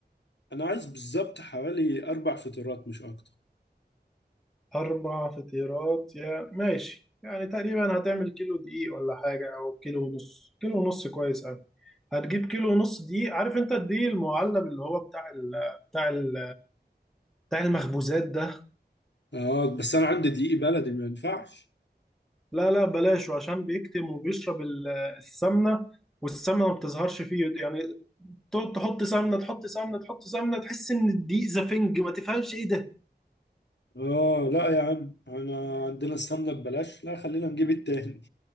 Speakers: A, on the left; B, in the centre.
A: انا عايز بالظبط حوالي اربع فطيرات مش اكتر
B: اربع فطيرات يا ماشي يعني تقريبا هتعمل كيلو دقيق ولا حاجه او كيلو ونص كيلو ونص كويس قوي هتجيب كيلو ونص دقيق عارف انت الدقيق المعلب اللي هو بتاع ال بتاع ال بتاع المخبوزات ده
A: اه بس انا عندي دقيق بلدي ما ينفعش
B: لا لا بلاشه عشان بيكتم وبيشرب ال- السمنه والسمنه ما بتظهرش فيه يعني تقعد تحط سمنه تحط سمنه تحط سمنه تحس ان الدقيق زفنج ما تفهمش ايه ده
A: اه لا يا عم انا عندنا السمنه ببلاش لا خلينا نجيب التاني